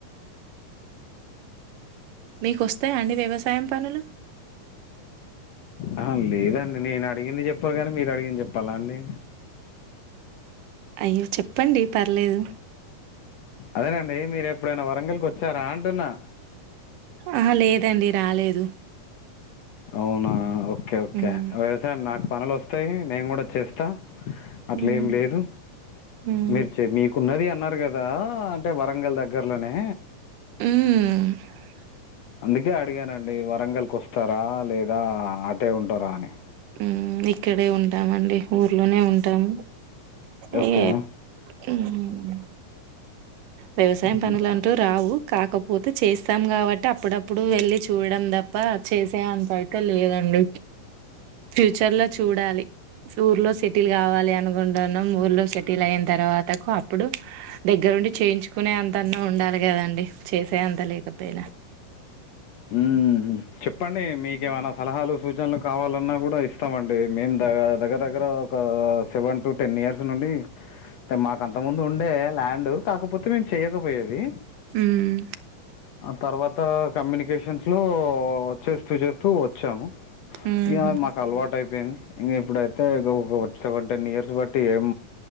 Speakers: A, on the right; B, on the left.
A: మీకోస్తాయా అండి వ్యవసాయం పనులు
B: ఆహా లేదండి నేను అడిగింది జెప్పవ్ గాని మీరు అడిగింది జెప్పాలా అండి
A: అయ్యో చెప్పండి పర్లేదు
B: అదేనండి మీరు ఎప్పుడైనా వరంగల్కి ఓచ్చారా అంటున్నా
A: ఆహా లేదండి రాలేదు
B: అవునా ఒక్కె ఒక్కె
A: హ్మ్.
B: వ్యవసాయం నాక్ పనులోస్తాయి నేను గూడా చేస్తా అట్లా
A: హ్మ్
B: ఏం లేదు
A: హ్మ్
B: మీరు చే మీకు ఉన్నది అన్నారు గదా అంటే వరంగల్ దగ్గర్లోనే
A: మ్
B: అందుకే అడిగానండి వరంగల్ కోస్తారా లేదా అటే ఉంటారా అని
A: మ్ ఇక్కడే ఉంటామండి ఊర్లోనే ఉంటాము ఇగ
B: ఓకే
A: ఏ మ్ వ్యవసాయం పనులు
B: అంతేనా
A: అంటూ రావు కాకపోతే చేస్తాం గబట్టి అప్పుడపు అప్పుడు వెళ్ళీ చూడడం దప్ప చేసే అంతైతే లేదండి ఫ్యూచర్ల చూడాలి ఊర్లో సెటిల్ గవాలి అనుకుంటున్నాం ఊర్లో సెటిల్ అయిన తర్వాతకు అప్పుడు దెగ్గరుండి చేయించుకునే అంతన్నా ఉండాలి గదండి చేసే అంత లేకపోయినా
B: ఉమ్ ఉమ్ చెప్పండి మీకేమనా సలహాలు సూచనలు కావాలన్నా గూడా ఇస్తామండి మేమ్ ద దగ్గర దగ్గర ఒక సెవెన్ టు టెన్ ఇయర్స్ నుండి మాక్ అంత ముందు ఉండే ల్యాండు కాకపోతే మేమ్ చేయకపోయేది
A: హ్మ్
B: అ తర్వాత కమ్యూనిక వెకేషన్స్లో వచ్చేస్తూ చేస్తూ వచ్చాము
A: హ్మ్
B: ఇగ
A: ఊహూ
B: మాక్ అలవాటైపోయింది ఇంగ ఇప్పుడైతే ఇ ఒక సెవెన్ టెన్ ఇయర్స్ బట్టి ఏం